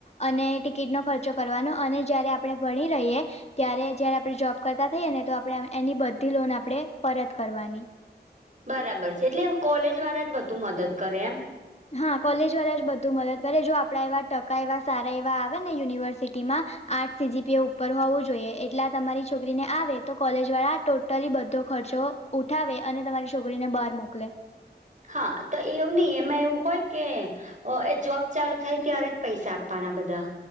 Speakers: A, on the left (about 40°); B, on the right (about 45°).
A: અને ટિકિટ નો ખર્ચો કરવાનો અને જયારે આપણે, ભણી રહીએ ત્યારે જયારે આપણે જોબ કરતા થઈએ ને તો આપણે, એની બધી લોન આપડણે પરત કરવાની
B: બરાબર છે, એટલે કોલેજ વાળા જ બધું મદદ કરે એમ
A: હા કોલેજ વાળા જ બધું મદદ કરે જો આપણા, એવા ટકા એવા સારા એવા આવે ને યુનિવર્સિટી માં આઠ સીજીપીએ ઉપર હોવું જોઈએ, એટલે આ તમારી છોકરીને આવે તો કોલેજ વાળા ટોટલી બધો ખર્ચો ઉઠાવે અને તમારી છોકરીને બહાર મોકલે
B: હા, તો એવું નહી એમાં એવું હોય કે એ જોબ ચાલુ થાય ત્યારે, જ પૈસા આપવાના બધા